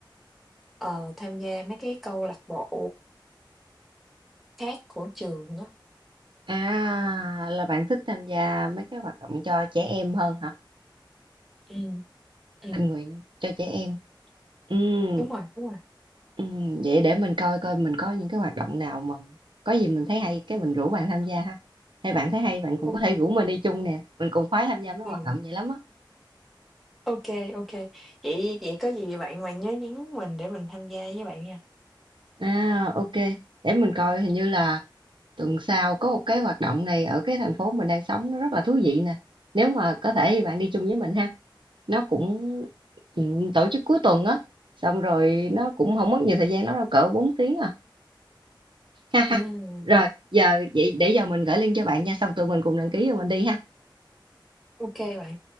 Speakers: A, in the centre; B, on the right.
A: ờ, tham gia mấy cái câu lạc bộ khác của trường á.
B: à là bạn thích tham gia mấy cái hoạt động cho trẻ em hơn hả
A: Ừm, ừm,
B: tình nguyện cho trẻ em Ừm,
A: đúng rồi, đúng rồi.
B: ừm, vậy để mình coi coi mình có những cái hoạt động nào mà có gì mình thấy hay cái mình rủ bạn tham gia ha hay bạn thấy hay bạn cũng
A: Ô,
B: có thể rủ mình đi chung nè mình cùng khoái tham gia mấy
A: ừ,
B: hoạt động vậy lắm á
A: ô kê, Vậy vậy có gì bạn bạn nhớ nhắn mình để mình tham gia với bạn nha.
B: à ok để mình coi hình như là tuần sau có một cái hoạt động này ở cái thành phố mình đang sống nó rất là thú vị nè nếu mà có thể thì bạn đi chung với mình ha nó cũng ừm, tổ chức cuối tuần á xong rồi nó cũng không mất nhiều thời gian lắm đâu cỡ 4 tiếng à Ha ha.
A: Ừm,
B: Rồi, giờ vậy để giờ mình gửi link cho bạn nha, xong tụi mình cùng đăng ký rồi mình đi ha.
A: ô bạn.